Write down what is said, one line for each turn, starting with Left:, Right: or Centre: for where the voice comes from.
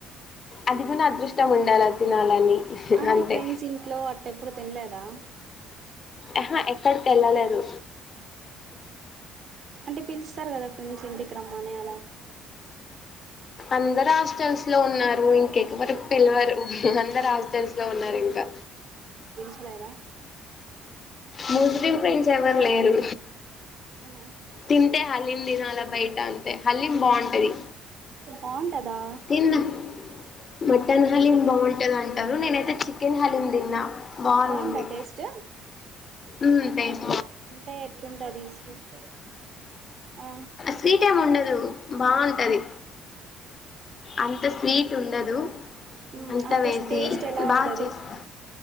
Left: అది కూడా అదృష్టం ఉండాలి తినాలని
Right: అంటే
Left: అంతే
Right: ఫ్రెండ్స్ ఇంట్లో అట్లా ఎప్పుడు తినలేదా
Left: ఆహా ఏక్ ఎక్కడికి ఏళ్ళలేదు
Right: అంటే పిలుస్తారు కదా ఫ్రెండ్స్ ఎంటి క్రమానేయ
Left: అందరు హాస్టల్స్ లో ఉన్నారు ఇంకెకవరకు పిలవరు అందరు హాస్టల్స్ లో ఉన్నారు ఇంకా
Right: హలాయదా
Left: ముస్లిం ఫ్రెండ్స్ ఎవరైనా లేరు
Right: అవునా
Left: తింటే హలీం తినాలా బయట అంతే హలీం బాగుంటది
Right: బాగుంటదా
Left: తిందాం మటన్ హలీం బాగుంటది అంటారు నేనైతే చికెన్ హలీం తిన్నా బాగుంది
Right: బాగుందా టేస్ట్
Left: ఉ టెస్ట్
Right: అంటే ఎట్లుంటుది స్వీట్ ఆ
Left: స్వీట్ ఏమి ఉండదు బాగుంటది అంత స్వీట్ ఉండదు
Right: మ్మ్.
Left: అంత
Right: అంటే
Left: వేసి
Right: టేస్ట్ ఎలా
Left: బాగా
Right: ఉంటది
Left: చేస్తా